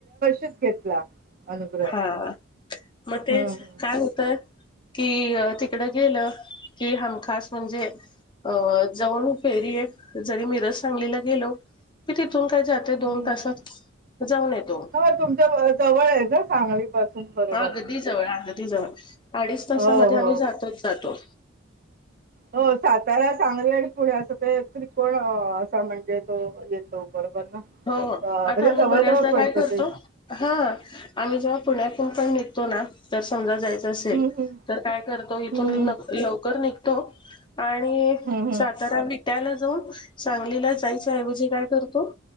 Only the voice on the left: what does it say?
हा मग तेच
काय होतय कि तिकडं गेलं कि हमखास म्हणजे अ जाऊन फेरी आहे जरी मिरज सांगलीला गेलो तिथं तून काय जाते दोन
तासात जाऊन येतो.
अगदी जवळ हाय, अगदी जवळ. अडीच तासामध्ये
आम्ही जातोच जातो.
हो
आता
आम्ही
बऱ्याचदा
काय करतो,
हा आम्ही जेव्हा पुण्यातून पण निघतो ना तर समजा जायच असे
तर काय करतो इथून
लवकर निघतो आणि
सातारा विट्याला जाऊन सांगलीला जायच्याऐवजी काय करतो